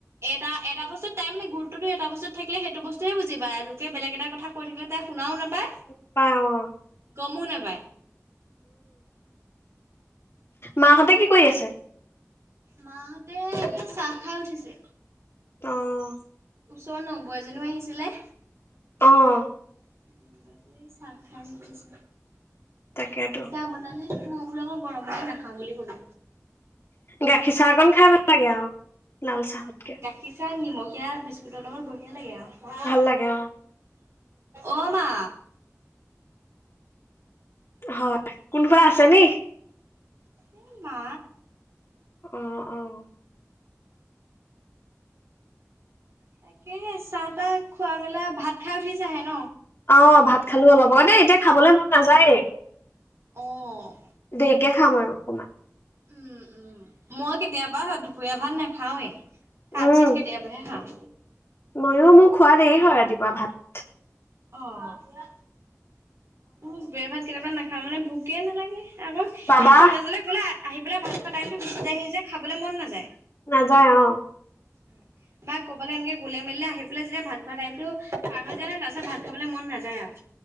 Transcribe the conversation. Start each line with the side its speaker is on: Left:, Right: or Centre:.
Right: এটা এটা বস্তুত তাই মানে গুত্বটো এটা বস্তুত থাকিলে সেইটো বস্তুৱে বুজি পাই আৰু লোকে বেলেগ এটা কথা কৈ থাকিলে তাই শুনাওঁ নাপায়
Left: নাপায় অঁ'।
Right: গমো নাপায়।
Left: মাহঁতে কি কৰি আছে?
Right: মাহতে এয়া চাহ খাই উঠিছে।
Left: অঁ।
Right: ওচৰৰ ন বৈ এজনীও আহিছিলে।
Left: অঁ।
Right: <unintelligible> এই চাহ খাই উঠিছিলে,
Left: তাকেতো
Right: চাহ বনালে। মই বোলো আকৌ গৰমতে নাখাওঁ বুলি কলো।
Left: গাখীৰ চাহকন খাই ভাল লাগে আৰু লাল চাহতকে।
Right: পিছে নিমখীয়া বিস্কুটৰ লগত বঢ়িয়া লাগে আৰু।
Left: ভাল লাগে অ
Right: অঁ মা।
Left: হয়, কোনোবা আছে নি?
Right: এই মা।
Left: অহ-অহ'।
Right: তাকেহে চাহ-তাহ খোৱা মেলা ভাত খাই উঠিছাহে ন?
Left: অ', ভাত খালো অলপ, এনেই এতিয়া খাবলৈ মন নাযায়েই।
Right: অঁ।
Left: এতিয়া খাম আৰু অকণমান।
Right: উম' উম' মই কেতিয়াবা দুপৰীয়া ভাত নাখাওৱে। হাত
Left: উম
Right: চিটকে দেয়বায়হে খাওঁ।
Left: ময়ো মোৰ খোৱা দেৰি হয় ৰাতিপুৱা ভাত।
Right: অঁ' মো ভাত কেতিয়াবা নাখাওঁ মানে ভোকে নালাগে আকৌ
Left: বাবা
Right: এ কলেজলৈ গ'লে আ- আহি পেলাই ভাত খোৱা টাইমটো গুছি যায় সি যে খাবলৈ মন নাযায়।
Left: নাযায় অঁ।
Right: উম' না ক'বালে এনেকে গলে মেলিলে আহি পেলাই যেতিয়া ভাত খোৱা টাইম টো পাৰ হৈ যায় ন তাৰ পিছত ভাত খাবলে মন নাযায় আও।